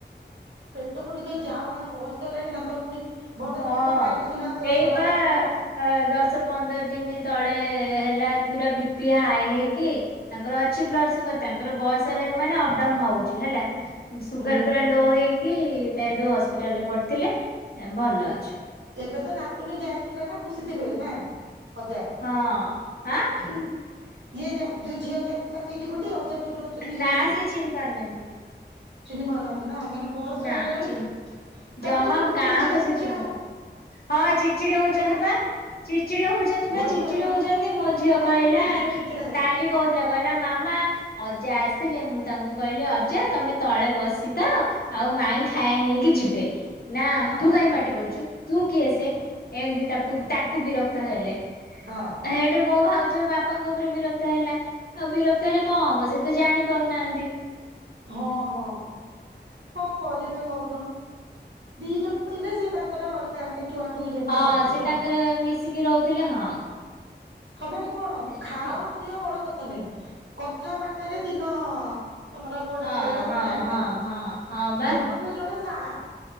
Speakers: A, on the right (about 80°); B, on the left (about 55°).
A: ପଟକୁ ଟିକେ ଯାଉ କଣ ବୟସ ହେଲାଣି ତାଙ୍କର ପୁଣି ଭଲ
B: ହଁ
A: ଜିନିଷ ଖାଇଲେ ସିନା
B: ଏଇ
A: ବଳଟା
B: ବା
A: ଆସିବ।
B: ଦଶ ପନ୍ଦର ଦିନ ତଳେ ହେଲା ପୁରା ବି ପି ହାଇ ହେଇକି ତାଙ୍କର ଅଛି ବ୍ଲଡ ସୁଗାର ତାଙ୍କର ବୟସ ହେଲାଣି ମାନେ ଅପଡାଉନ ହଉଛି ହେଲା। ସୁଗାର
A: ହୁଁ
B: ପୁରା ଲୋ ହେଇକି ତା ସେଇଠୁ ହସ୍ପିଟାଲ ରେ ପଡିଥିଲେ ଭଲ ଅଛି।
A: ଏବେ ତ ନାତୁଣୀ ଯାଇଥିଲା ନା ଖୁସି ଥିବେ ନା ଅଜା।
B: ହଁ ଆଁ।
A: ଇଏ ଯ ଯୋଉ ଝିଅ ଯାଇଥିଲା ସେଇଠି ଗୋଟେ ଅଯା ଯୋଉଠି ରହୁଛନ୍ତି
B: ନାଁ ସେ ଚିନି ପାରୁନାହାନ୍ତି।
A: ଚିହ୍ନିପାରୁନାହାନ୍ତି ନା ମାନେ। ବୟସ
B: ନା
A: ହେଲାଣି
B: ଚିହ୍ନି
A: ତାପରେ
B: ଜମା
A: ଏବେ ବହୁତ
B: କାହାକୁ
A: ଚିଡଚିଡା ଚିଡଚିଡା
B: ସେ ଚିହ୍ନିପାରୁ ହଁ ଚିଡ଼ଚିଡି
A: ହେବେ
B: ହଉଛନ୍ତି
A: ନା
B: ବା। ଚିଡଚିଡି ହଉଛନ୍ତି ବା
A: ବୟସ
B: ଚିଡଚିଡି
A: ହେଲା
B: ହଉଛନ୍ତି
A: ମାନେ
B: ମୋ ଝିଅ
A: ପ୍ରାୟ
B: କହିଲା
A: ସବୁ ଚିଡଚିଡା ଚିଡଚିଡା ହେବେ।
B: କାଲି କହୁଥିଲା କହିଲା ମାମା ଅଜା ଆସିଲେ ମୁଁ ତାଙ୍କୁ କହିଲି ଅଜା ତମେ ତଳେ ବସିଥାଅ ଆଉ ମାଇଁ ଖାଇବା ନେଇକି ଯିବେ। ନା
A: ହଁ
B: ତୁ କାଇଁ ପାର୍ଟି କରୁଛୁ। ତୁ କିଏସେ ଏମତି ତାକୁ ତାକୁ ବିରକ୍ତ ହେଲେ।
A: ହଁ।
B: ହେଇଠୁ ମୋ ଭାଉଜ ବାପାଙ୍କ ଉପରେ ବିରକ୍ତ ହେଲା। ଆଉ ବିରକ୍ତ ହେଲେ କଣ ହବ ସେ ତ ଜାଣି ପାରୁନାହାନ୍ତି।
A: ହଁ ହଁ କ କରିବେ କହୁନ ଦି ଯୋଉ ଥିଲେ ସିଏ ତାଙ୍କର ରହି ତ ଏମିତି ଟୁଆଁ ଟୁଇଁ ଯେମିତି
B: ହଁ
A: ରୁହନ୍ତି
B: ସେ
A: ସମସ୍ତେ।
B: ତାଙ୍କର ମିଶିକି ରହୁଥିଲେ ହଁ।
A: ହଁ ମାନେ କଣ
B: ଏମିତି
A: ଖାଅ ପିଅ ବଡ କଥା ନୁହେଁ କଥାବାର୍ତାରେ ଦିନ ତମର
B: ଆଉ
A: କୁଆଡେ ପଳେଇବ ତମେ
B: ହଁ ହଁ
A: ଜାଣିପାରିବନି
B: ହଁ ହଁ ହଁ ବା
A: ଜଣକୁ ତାଙ୍କୁ ଜଣେ ସାହା।